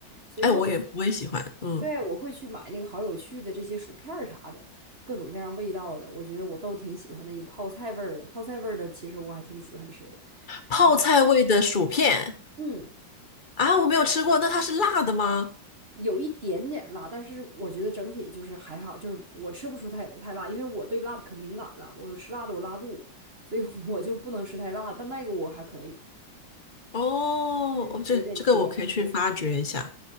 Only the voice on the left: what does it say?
哎，我也我也喜欢。嗯，
泡菜味的薯片
啊，我没有吃过，那它是辣的吗？
哦，
哦，这这个我可以去发掘一下。